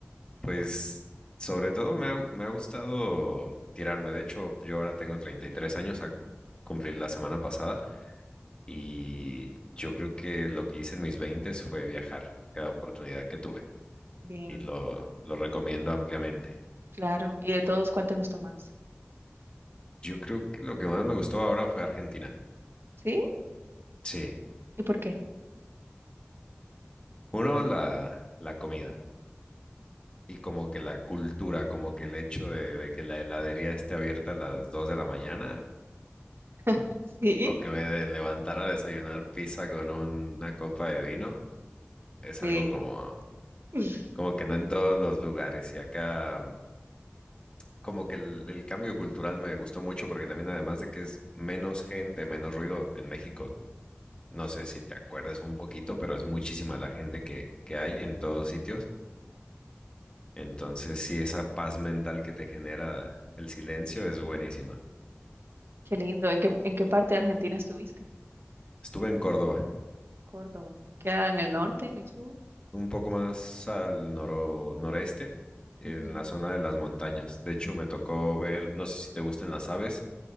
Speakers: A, on the left (about 25°); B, on the right (about 65°).
A: Pues sobre todo me ha, me ha gustado tirarme. De hecho, yo ahora tengo 33 años a cumplir la semana pasada y yo creo que lo que hice en mis 20 fue viajar cada oportunidad que tuve
B: Bien,
A: y lo, lo recomiendo ampliamente.
B: claro. ¿Y de todos cuál te gustó más?
A: Yo creo que lo que más me gustó ahora fue Argentina.
B: ¿Sí?
A: Sí.
B: ¿Y por qué?
A: Uno, la, la comida. Y como que la cultura, como que el hecho de, de que la heladería esté abierta a las 2 de la mañana
B: <laughs> Sí.
A: o que me de- levantara a desayunar pizza con una copa de vino es
B: Bien.
A: algo como,
B: <laughs>
A: como que no en todos los lugares. Y acá como que el, el cambio cultural me gustó mucho porque también además de que es menos gente, menos ruido en México, no sé si te acuerdas un poquito, pero es muchísima la gente que, que hay en todos sitios. Entonces sí, esa paz mental que te genera el silencio es buenísima.
B: Qué lindo. ¿En qué, en qué parte de Argentina estuviste?
A: Estuve en Córdoba,
B: Córdoba. ¿Queda en el norte, en el sur?
A: un poco más al noro- noreste, en
B: Ujú,
A: la zona de las montañas. De hecho, me tocó ver, no sé si te gustan las aves,